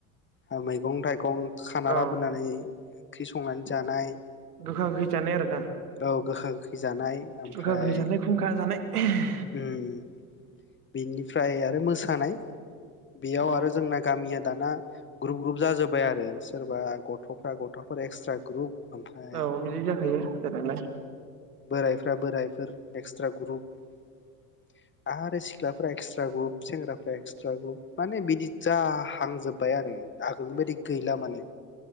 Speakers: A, on the left; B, on the right.
A: आ मैगं थाइगं खाना
B: औ
A: लाबोनानै ओंख्रि संनानै जानाय
B: गोखा गोखै जानाय आरो दा
A: औ गोखा गोखै जानाय आमफ्राय
B: गोखा गोखै जानाय खुंखा <unintelligible>
A: ओम ओम बेनिफ्राय आरो मोसानाय बेयाव
B: अ
A: आरो जोंना गामिया दाना ग्रुप ग्रुप जाजोब्बाय आरो सोरबा गथ'फ्रा गथ'फोर एक्सट्रा ग्रुप ओमफ्राय
B: औ बिदि जाखायो जानायालाय
A: बोरायफ्रा बोरायफोर एक्सट्रा ग्रुप आरो सि ख्लाफ्रा एक्सट्रा ग्रुप सेंग्राफ्रा एक्सट्रा ग्रुप माने बिदि जा हांजोब्बाय आरो आगोलनि बायदि गैला माने